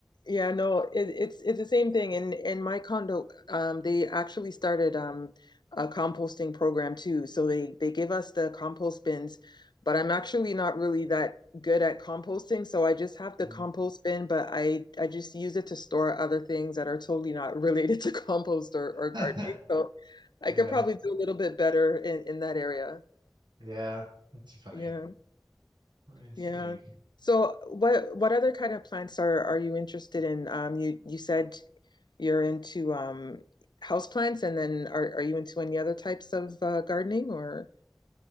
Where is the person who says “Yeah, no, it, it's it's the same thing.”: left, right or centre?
Left